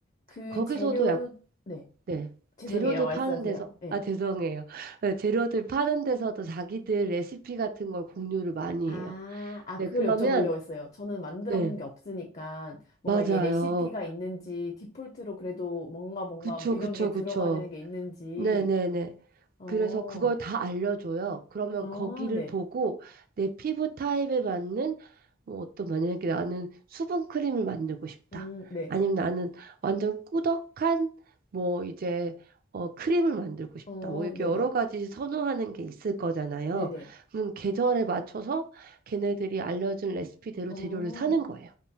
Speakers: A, on the left; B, on the right.
A: 그
B: 거기서도
A: 재료,
B: 약
A: 네.
B: 네
A: 죄송해요.
B: 재료들
A: 말씀하세요.
B: 파는 데서
A: 네.
B: 아 죄송해요 <laughs> 재료들 파는 데서도 자기들 레시피 같은 걸 공유를 많이
A: 아,
B: 해요.
A: 아,
B: 네,
A: 그걸
B: 그러면,
A: 여쭤보려고 했어요. 저는 만들어
B: 네,
A: 본 게 없으니까 뭔가
B: 맞아요.
A: 이게 레시피가 있는지 디폴트로 그래도 뭔가 뭔가
B: 그쵸,
A: 뭐 이런
B: 그쵸,
A: 게 들어가야
B: 그쵸.
A: 되는 게 있는지.
B: 네네네.
A: 어,
B: 그래서 그걸 다 알려줘요. 그러면
A: 어,
B: 거기를
A: 네.
B: 보고 내 피부 타입에 맞는 뭐 어떤 만약에 나는 수분 크림을 만들고 싶다.
A: 음, 네.
B: 아니면 나는 완전 꾸덕한 뭐 이제 어 크림을 만들고 싶다.
A: 어,
B: 뭐 이렇게
A: 네네.
B: 여러 가지 선호하는 게 있을 거잖아요.
A: 네네.
B: 그럼 계절에 맞춰서 걔네들이 알려준 레시피대로
A: 어.
B: 재료를 사는 거예요.